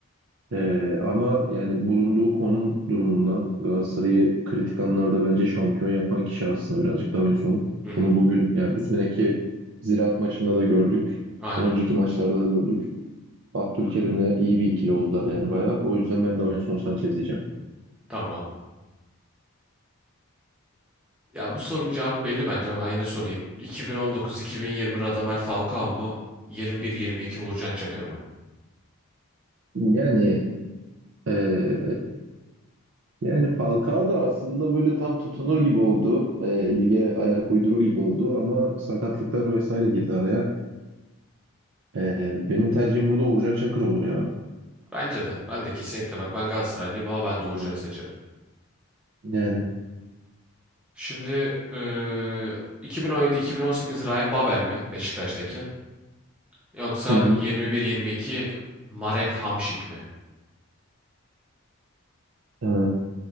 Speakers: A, on the right; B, in the centre.
A: Ee, ama yani bulunduğu konum durumundan Galatasaray'ı kritik anlarda bence şampiyon yapan kişi aslında birazcık daha en son.
B: Hı hı,
A: Bunu bugün yani bu seneki Ziraat maçında da gördük.
B: aynen.
A: Önceki maçlarda da gördük. Abdülkerim'le iyi bir ikili oldular yani bayağı. O yüzden ben Davinson Sanchez diyeceğim.
B: Tamam. Ya bu sorunun cevabı belli bence ama ben yine sorayım. 2019-2020 Radamel Falcao mu? 21-22 Uğurcan Çakır mı?
A: Yani ee, Yani Falcao da aslında böyle tam tutunur gibi oldu. E, lige ayak uydurur gibi oldu ama sakatlıklar vesaire girdi araya. E, benim tercihim burada Uğurcan Çakır olur ya.
B: Bence de. Ben de kesinlikle bak ben Galatasaraylıyım ama ben de Uğurcan'ı seçerim.
A: Yani.
B: Şimdi eee 2017-2018 Ryan Babel mi Beşiktaş'taki? Yoksa
A: Hı hı.
B: 21-22 Marek Hamšík mi?
A: Ee,